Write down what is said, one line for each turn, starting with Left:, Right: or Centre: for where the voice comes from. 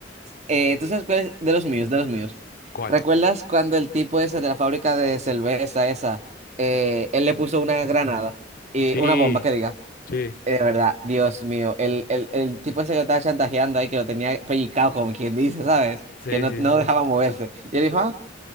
Right: Eh, ¿tú sabes cuál es? De los míos, de los míos.
Left: ¿cuál?
Right: ¿Recuerdas cuando el tipo ese de la fábrica de cerveza esa, eh, él le puso una granada y
Left: Sí,
Right: una bomba que diga?
Left: sí,
Right: Eh, De verdad, Dios mío, el, el, el tipo ese que lo estaba chantajeando ahí, que lo tenía pellizcado, como quien dice, ¿sabes?
Left: sí,
Right: Que no,
Left: sí,
Right: no
Left: sí.
Right: dejaba moverse. Y él dijo, ah,